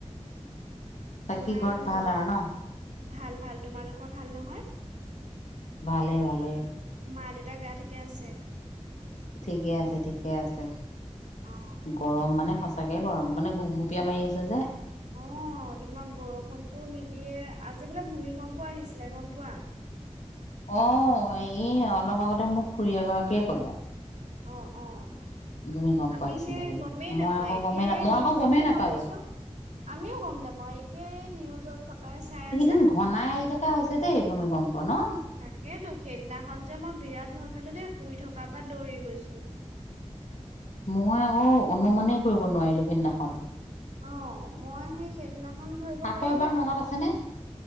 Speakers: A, on the left; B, on the right.
A: বাকী
B: ইমান
A: ঘৰত
B: গ
A: ভাল আৰু ন
B: ভাল ভাল তোমালোকৰ ভাল নহয়
A: ভালে ভালে
B: মা দেউতাৰ গা থাকে আছে
A: ঠিকে আছে ঠিকে আছে
B: অ',
A: গৰম মানে সঁচ সঁচাকে ক মানে গোপ গুপীয়া মাৰি আছে যে
B: অ তোমাৰ বৰষুণতটো নিদিয়ে আজি বোলে ভূমিকম্প আহিছিলে গম পোৱা
A: আহ ই অলপ আগতে মোক খুৰী এগৰাকীয়ে ক'লে
B: অ অ
A: ভূমিকম্প
B: আমি
A: আহিছিলে
B: সেই
A: বুলি
B: গমেই
A: মই
B: নাপাওঁ
A: আকৌ
B: এতিয়াই
A: গমেই না মই
B: নিউজতহে
A: আকৌ গমেই নাপালো।
B: গম পাইছো আমিও গম নাপাওঁ এতিয়াই নিউজত পাপাই চাই
A: এইকেইদিন
B: আছে
A: ঘনাই আহি থকা হৈছে দেই ভূমিকম্প ন?
B: তাকেইতো সেইদিনাখন যে মই বিৰাট ভয় ইফালে শুই থকাৰ পৰা দৌৰি গৈছোঁ
A: মই আকৌ অনুমানেই কৰিব নোৱাৰিলোঁ সিদিনাখন
B: অ মই সেই সেইদিনাখন ধৰিব
A: আকৌ
B: পাৰিলোঁ
A: এবাৰ মনত
B: বাৰু
A: আছেনে